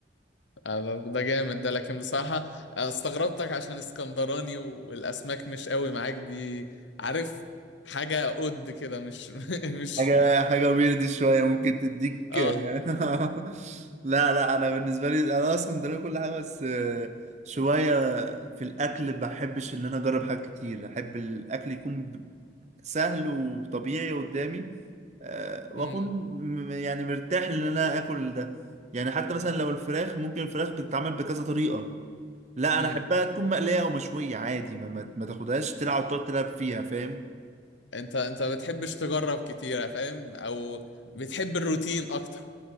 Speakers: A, on the left; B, on the right.
A: آه، ده جامد ده لكن بصراحة أنا استغربتك عشان اسكندراني والاسماك مش قوي معاك دي عارف حاجة قد كده مش <laughs> مش
B: حاجة حاجة ويرد شوية ممكن تديك
A: اه
B: <laughs> لا لا أنا بالنسبة لي أنا أصلا ده كل حاجة بس آه، شوية في الأكل بحبش إن أنا أجرب حاجات كتير أحب الأكل يكون ب- سهل وطبيعي قدامي آه، وأكون
A: امم
B: م- يعني مرتاح إن أنا آكل ده يعني حتى مثلا لو الفراخ ممكن الفراخ بتتعمل بكذا طريقة لا
A: امم
B: أنا أحبها تكون مقلية أو مشوية عادي ما, ما ما تاخدهاش تلعب وتقعد تلعب فيها فاهم
A: انت انت ما بتحبش تجرب كتير فاهم او بتحب الروتين اكتر